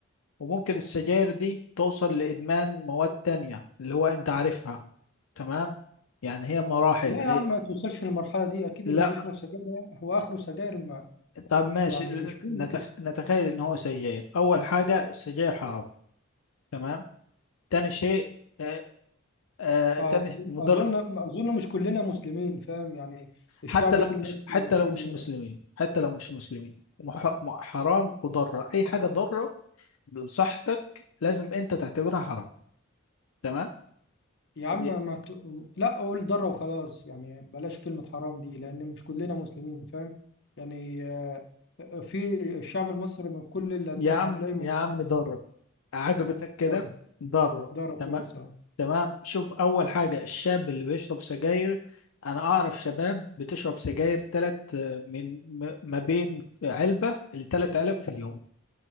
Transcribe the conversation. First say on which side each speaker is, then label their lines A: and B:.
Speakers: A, on the left; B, on the left.
A: وممكن السجاير دي توصل لادمان مواد تانية اللي هو انت عارفها تمام يعني هي مراحل
B: لا يا
A: إيه؟
B: عم ما توصلش للمرحله دي اكيد
A: لا
B: اللي بيشرب سجاير هو اخره سجاير ما
A: طب ماشي
B: يعني مش كله
A: نتخ... نتخيل ان هو سجاير اول حاجة السجاير حرام تمام تاني شيء آه، آه
B: آه،
A: تاني مضر
B: اظن اظن مش كلنا مسلمين فاهم يعني الشعب
A: حتى لو
B: فيه المسلم
A: مش حتى
B: وفيه
A: لو مش
B: ال...
A: مسلمين حتى لو مش مسلمين مح... م- حرام وضرة أي حاجة ضارة بصحتك لازم أنت تعتبرها حرام تمام
B: يا عم
A: دي-
B: ما ت... لا اقول ضره وخلاص يعني بلاش كلمه حرام دي لان مش كلنا مسلمين فاهم يعني آه، في الشعب المصري من كل الاديان
A: يا عم
B: هتلاقي
A: يا عم ضارة عجبتك كده
B: ضاره
A: ضارة
B: ضاره
A: تمام
B: كويسه
A: تمام شوف أول حاجة الشاب اللي بيشرب سجاير أنا أعرف شباب بتشرب سجاير تلات آه، من م- ما بين علبة لتلات علب في اليوم